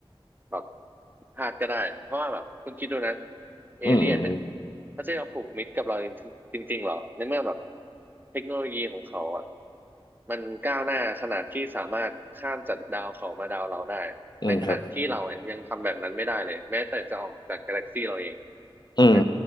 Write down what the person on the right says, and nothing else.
แบบพลาดก็ได้เพราะว่าแบบคุณคิดดูนะเอเลี่ยนเนี่ย
เขาจะยอมผูกมิตรกับเราจริงๆหรอในเมื่อแบบเทคโนโลยีของเขาอ่ะมันก้าวหน้าขนาดที่สามารถข้ามจากดาวเขามาดาวเราได้
ในขณะที่เราเนี่ยยังทำแบบนั้นไม่ได้เลยแม้แต่จะออกจากกาแล็กซี่เราเอง
ถูกไหม